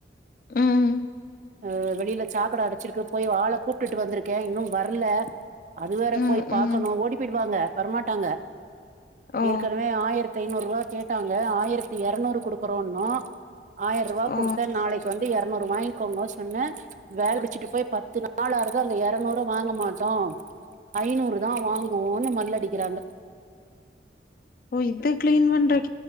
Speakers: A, on the left; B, on the right.
A: ம்
B: அஹ் வெளில சாக்கட அடைச்சிருக்கு போய் ஆள கூப்ட்டுட்டு வந்திருக்கே இன்னு வரல அது வேற
A: ம்.
B: போய் பாக்கனோ
A: ம்.
B: ஓடி போய்டுவாங்க வரமாட்டாங்க
A: ஓ!
B: ஏற்கனவே ஆயிர த்தை நூறு ரூவா கேட்டாங்க ஆயிரத்தி எரநூறு குடுக்குறோன்னோ ஆயர்ருவா
A: ஓ!
B: குடுத்தே நாளைக்கு வந்து எரநூறு வாய்ங் க்கோ சொன்னே வேல முடிசுட்டு போய் பத்து நாள் ஆறது அந்த எரநூறு வாங்க மாட்டோ ஐநூறு தா வாங்குவோன்னு மல்லு அடிக்கிறாங்க
A: ஓ இத்த கிளீன் பண்றக்